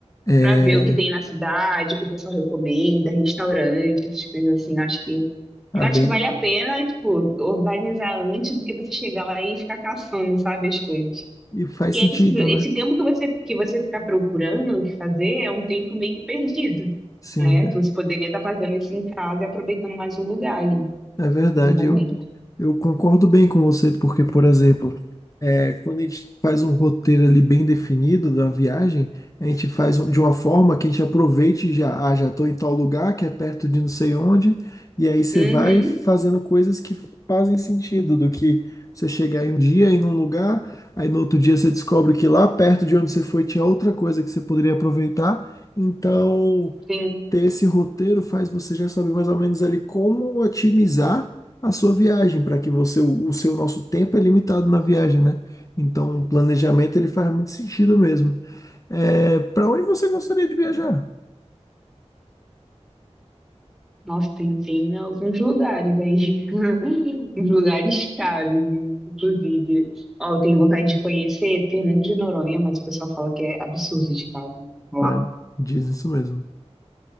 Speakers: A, on the left; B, in the centre.
A: É,
B: Pra ver o que tem na cidade, o que o pessoal recomenda, restaurante, essas coisas assim. Acho que,
A: ah,
B: eu acho
A: bem,
B: que vale a pena, tipo, organizar antes do que você chegar lá e ficar caçando, sabe, as coisas.
A: e faz
B: E
A: sentido,
B: aí você, esse
A: né?
B: tempo que você, que você ficar procurando o que fazer é um tempo meio que perdido,
A: Sim.
B: né?
A: é.
B: Que você poderia estar fazendo isso em casa e aproveitando mais o lugar ali,
A: É verdade,
B: no momento.
A: eu, eu concordo bem com você, porque, por exemplo, é, quando a gente faz um roteiro ali bem definido da viagem, a gente faz um- de uma forma que a gente aproveite e já, ah, já estou em tal lugar, que é perto de não sei onde, e aí você
B: Uhum,
A: vai fazendo coisas que fazem sentido, do que você chegar em um dia em um lugar, aí no outro dia você descobre que lá perto de onde você foi tinha outra coisa que você poderia aproveitar, então
B: sim.
A: ter esse roteiro faz você já saber mais ou menos ali como otimizar a sua viagem, para que você, o seu nosso tempo é limitado na viagem, né? Então, o planejamento ele faz muito sentido mesmo. É, para onde você gostaria de viajar?
B: Nossa, tem, tem alguns lugares aí. <laughs> Uns lugares caros, inclusive. Ó, eu tenho vontade de conhecer Fernando de Noronha, mas o pessoal fala que é absurdo de caro lá.
A: É, diz isso mesmo.